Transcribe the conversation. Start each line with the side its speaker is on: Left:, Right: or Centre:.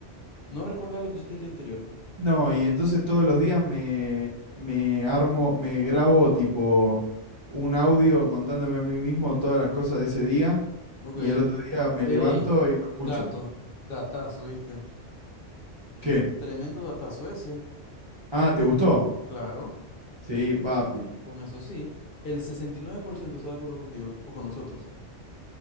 Left: No recordar lo que hiciste el día anterior.
Right: No, y entonces todos los días me, me armo, me grabo tipo un audio contándome a mí mismo todas las cosas de ese día
Left: Ok.
Right: y el otro día me
Left: Ey,
Right: levanto y lo escucho.
Left: dato, datazo, ¿viste?
Right: ¿Qué?
Left: Tremendo datazo ese.
Right: Ah, ¿te gustó?
Left: Claro,
Right: Sí, papi.
Left: con eso sí. El 69% está de acuerdo contigo o con nosotros.